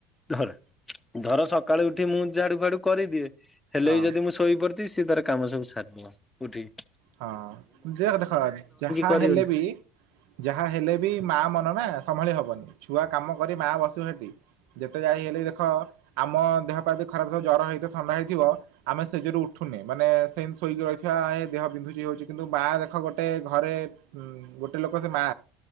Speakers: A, on the left; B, on the right.
A: ଧର ଧର ସକାଳୁ ଉଠି ମୁଁ ଝାଡୁ ଫାଡୁ କରିଦିଏ। ହେଲେ
B: ହଁ
A: ବି ଯଦି ମୁଁ ଶୋଇପାରୁଛି ସିଏ ତାର କାମ ସବୁ ସାରଦ ଉଉଠିକି।
B: ହଁ ଦେଖ ଦେଖ ଯାହା
A: କରିବୁନି।
B: ହେଲେ ବି। ଯାହା ହେଲେ ବି ମା ମନ ନା ସମ୍ଭାଳି ହବନି ଛୁଆ କାମ କରି ମା ବସିବ ସେଠି। ଯେତେ ଯାଇ ହେଲି ଦେଖ ଆମ ଦେହ ପ୍ରତି ଖରାପ ଜର ହେଇଥିବ ଥଣ୍ଡା ହେଇଥିବ। ଆମେ ସେ ଯୋରୁ ଉଠୁନି ମାନେ ସେମିତି ଶୋଇକି ରହିଥିବା ଦେହ ବିନ୍ଧୁଛି ହଉଛି କିନ୍ତୁ ମା ଦେଖ ଗୋଟେ ଘରେ ଉଁ ଗୋଟେ ଲୋକ ସେ ମା।